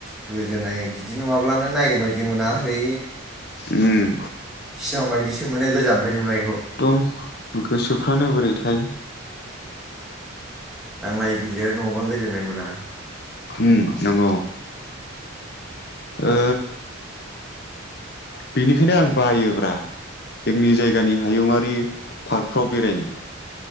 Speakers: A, in the centre; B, on the left.
A: गोजोननाय बिदि नङाब्लानो नायदों बाय बिदि मोना हैै
B: उम
A: सिमां बायदिसो मोनो गोजाननिफ्राय नुनायखौ
B: एकदम गोसोफ्रानो बोरै थाय
A: दांलाय बिलिराय नङाबा गोजोननाय मोना
B: उम नंगौ ओ बेनिखायनो आं बायोब्रा जोंनि जायगानि हायुङारि पार्कफ्राव बेरायनो